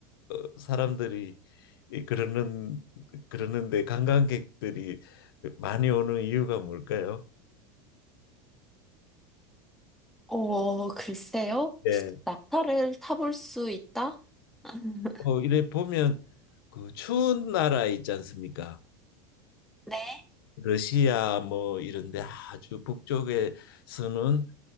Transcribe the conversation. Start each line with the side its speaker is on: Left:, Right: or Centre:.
Left: 어, 사람들이 이 그러는 그러는데 관광객들이 많이 오는 이유가 뭘까요?
Centre: 어, 글쎄요.
Left: 네.
Centre: 낙타를 타볼 수 있다? <laughs>
Left: 어, 이래 보면 그 추운 나라 있지 않습니까?
Centre: 네.
Left: 러시아 뭐 이런데 아주 북쪽에서는